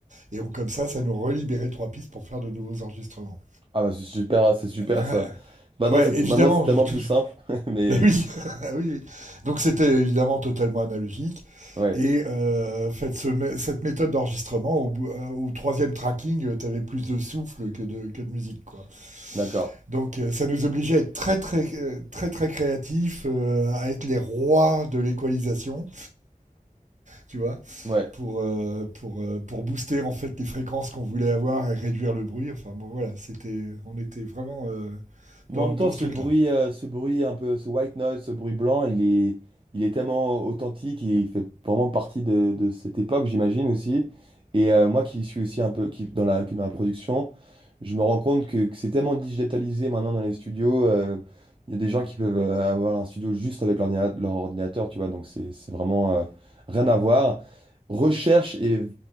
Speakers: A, on the right; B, on the right.
A: Et on, comme ça, ça nous relibérait trois pistes pour faire de nouveaux enregistrements.
B: Ah bah c'est super, hein, c'est super
A: <laughs>
B: ça. Maintenant
A: ouais,
B: c'est
A: évidemment.
B: maintenant c'est tellement plus
A: tout-
B: simple, <laughs> mais
A: Bah oui, <laughs> oui, oui. Donc c'était évidemment totalement analogique.
B: ouais,
A: Et euh, faites ce cette méthode d'enregistrement, au, euh, au troisième tracking, tu avais plus de souffle que de, que de musique. Quoi.
B: d'accord.
A: Donc euh, ça nous obligeait à être très très très très, très créatifs, euh, à être les rois de l'équalisation, tu vois,
B: Ouais.
A: pour, euh, pour, euh, pour booster en fait les fréquences qu'on voulait avoir et réduire le bruit. Enfin bon voilà, c'était on était vraiment euh,
B: Mais
A: dans,
B: en même
A: dans
B: temps, ce
A: ce truc-là.
B: bruit, euh, ce bruit un peu, ce white noise, ce bruit blanc, il est, il est tellement authentique, il fait vraiment partie de, de cette époque, j'imagine aussi. Et euh, moi qui suis aussi un peu qui, dans la, qui est dans la production, je me rends compte que, que c'est tellement digitalisé maintenant dans les studios. euh, Il y a des gens qui peuvent euh, avoir un studio juste avec l'ordina- leur ordinateur, tu vois, donc c'est c'est vraiment euh, rien à voir. Recherche et v-